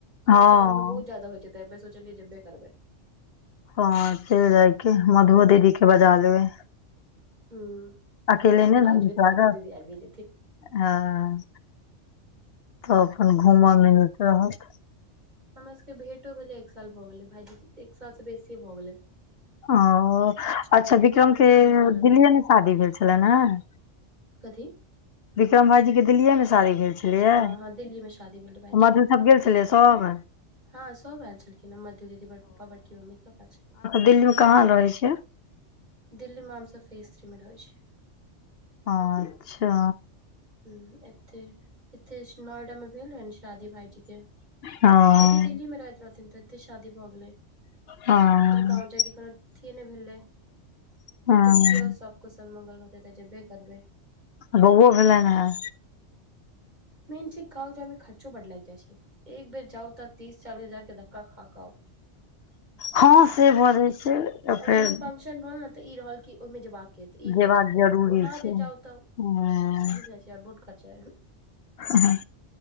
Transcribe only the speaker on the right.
सुन छियै गाॅंवमे बहुत जादा होय छै तऽ एहि बेर सोचलियै जेबे करबै।
हूँ
से तऽ हम
गाँव
जेबै तऽ
मधु दीदी आबिये जेथिन
हमर सबके भेॅंटो भेलै एक साल भऽ गेलै भाईजी एक साल से बेसी भए गेलै।
डेढ़ साल होइवला
छै
कथी
हँ हँ दिल्ली मे शादी भेल रहै भायजी
के
हँ सब अल छेलखिन मधु दीदी, बड़का पप्पा बड़की मम्मी सब एल छेलखिन।
दिल्लीमे हमसब फिथ्रीमे रहै छीयै।
हूँ एते- एते नोएडा मेॅं भेल रहैन शादी भाईजी के
भायजीयो दिल्ली मे रहैत रहथिन तऽ एते शादी भऽ गेलै।
फेर गाँव जायके कोनो अथिए नै भेलै
देखियौ सब कुशल मंगल होतै तऽ जेबे करबै।
मेन छै गाँव जायमे खर्चो बड लागी जाइ छै। एक बेर जाउ तऽ तीस चालीस हजार के धक्का खाकऽ आउ।
आऔर
कोनो फंशन भेल ने तऽ ई रहल कि ओहिमे जेबाक यै। तऽ ई
रहै छै
ओना
जे जाउ तऽ
नै बुझैय छियै बड खर्चायऽ।